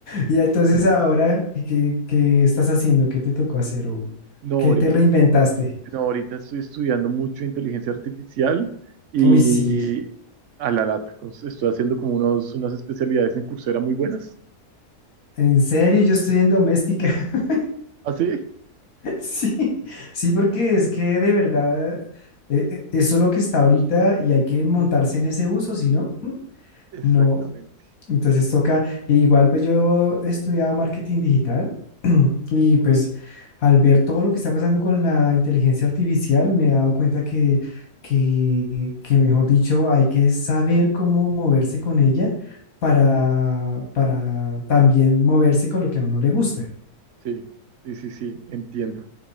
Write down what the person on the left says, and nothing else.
Y entonces ahora, ¿qué, qué- qué estás haciendo? ¿Qué te tocó hacer? ¿O
qué te reinventaste?
Uy, sí.
En serio, yo estoy en doméstica. <laughs>
Sí, sí, porque es que de verdad, eh, eh, eso es lo que está ahorita y hay que montarse en ese uso, si no, ¿Mm?
no, Entonces toca, e igual pues yo he estudiado marketing digital <clears throat> y pues al ver todo lo que está pasando con la inteligencia artificial me he dado cuenta que, que, que mejor dicho, hay que saber cómo moverse con ella para, para también moverse con lo que a uno le gusta.